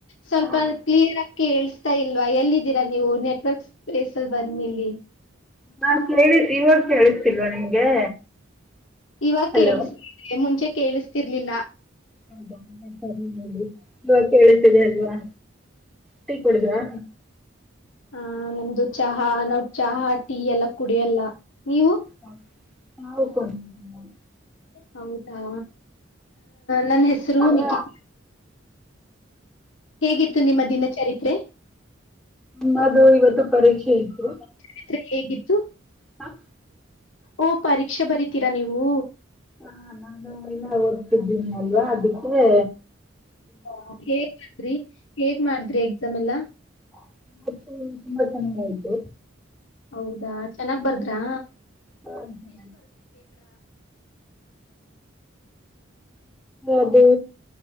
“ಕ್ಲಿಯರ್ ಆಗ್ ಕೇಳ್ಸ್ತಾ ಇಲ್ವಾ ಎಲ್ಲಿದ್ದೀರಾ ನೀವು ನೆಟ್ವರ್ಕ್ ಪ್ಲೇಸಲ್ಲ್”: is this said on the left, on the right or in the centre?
Left